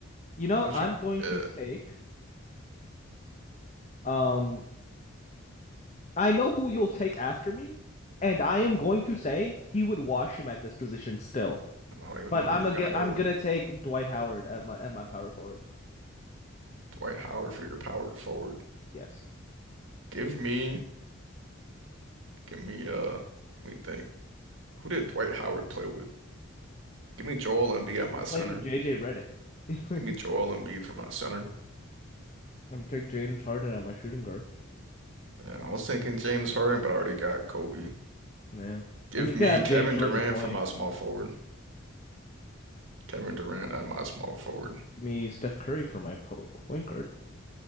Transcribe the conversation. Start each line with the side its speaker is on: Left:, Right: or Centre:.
Left: You know,
Right: I'm trying.
Left: I'm going
Right: Uh,
Left: to take. Um, I know who you'll take after me, and I am going to say he would wash him at this position still.
Right: I don't even
Left: But
Right: know who
Left: I'm
Right: you're
Left: gonna,
Right: gonna go
Left: I'm
Right: with.
Left: gonna take Dwight Howard at my at my power forward.
Right: Dwight Howard for your power forward.
Left: Yes,
Right: Give me, give me. Uh, let me think. Who did Dwight Howard play with? Give me Joel Embiid at my
Left: he played
Right: center.
Left: with JJ Redick. <laughs>
Right: Give me Joel Embiid for my center.
Left: I'm take James Harden at my shooting guard.
Right: And I was thinking James Harden, but I already got Kobe.
Left: Yeah,
Right: Give
Left: I mean you could
Right: me
Left: have
Right: Kevin
Left: James run
Right: Durant
Left: the point.
Right: for my small forward. Kevin Durant at my small forward.
Left: Give me Steph Curry for my po- point guard.